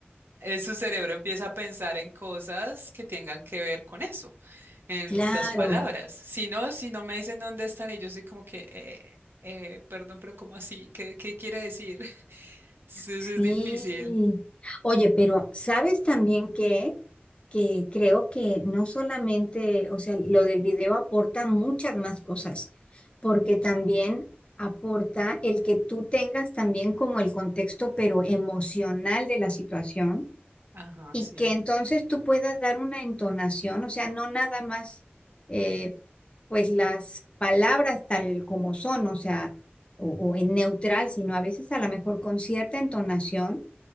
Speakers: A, on the right; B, on the left.
A: eh, su cerebro empieza a pensar en cosas que tengan que ver con eso en
B: claro,
A: las palabras. Si no, si no me dicen dónde están, y yo soy como que, eh, eh, perdón, pero ¿cómo así? ¿Qué, qué quiere decir? <laughs> Entonces
B: sí.
A: es difícil.
B: Oye, pero ¿sabes también qué? que creo que no solamente, o sea, lo del video aporta muchas más cosas, porque también aporta el que tú tengas también como el contexto, pero emocional de la situación,
A: Ajá,
B: y
A: sí.
B: que entonces tú puedas dar una entonación, o sea, no nada más, eh, pues las palabras tal como son, o sea, o, o en neutral, sino a veces a lo mejor con cierta entonación